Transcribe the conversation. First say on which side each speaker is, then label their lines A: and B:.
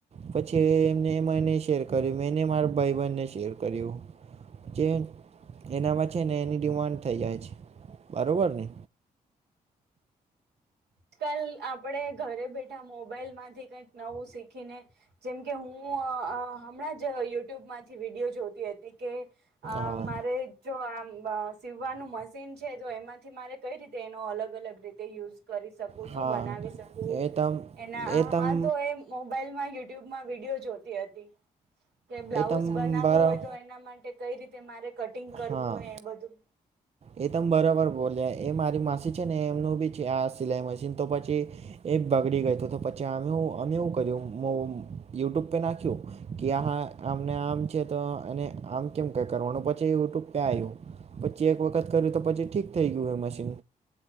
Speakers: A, on the right; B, on the right.
A: પછી એમને એ મ ન શેર મેને મારા ભાઈ બનને શેર કર્યું જે એનામાં છે ને એની ડિમાન્ડ થઈ જાય છે બરોબર ને
B: આજ કલ આપણેે ઘરે બેઠા મોબાઈલ માંથી કઈક નવું શીખીને જેમકે હું હું હમણાં જ યુટ્યુબમાંથી વિડીયો જોતી હતી કે આ
A: હા
B: મારે જો આમ સીવાનું મશીન છે, તો એમાંથી મારે કઈ રીતે તેનો અલગ અલગ રીતે યુઝ કરીું
A: હા
B: બના શ
A: એ તમ
B: એના
A: એ તમ
B: હા તો એ મોબાઈલમાં યુટ્યુબમાં વિડીયો જોતી હતી. કે બ્લાઉઝ
A: એ તમ
B: બનાવવું
A: બરા
B: હોય તો એના માટે કઈ રીતે મારે કટિંગ કરવું
A: હા
B: ને એ બધું
A: એ તમે બરોબર બોલ્યા એ મારી માસી છે, ને એમનું બી આ સિલાઈ મશીન તો પછી એ બગડી ગય હતું, તો પછી અમે અમે એવું કર્યું યુટુબ નાખ્યું કે આામને આમ છે તો અને આમ કેમ ક કરવાનું પ પછી એવું ટું પ્યાય્યું પછી એક વખત કર્યું તો પછી ઠીક થઈ ગયું એ મશીન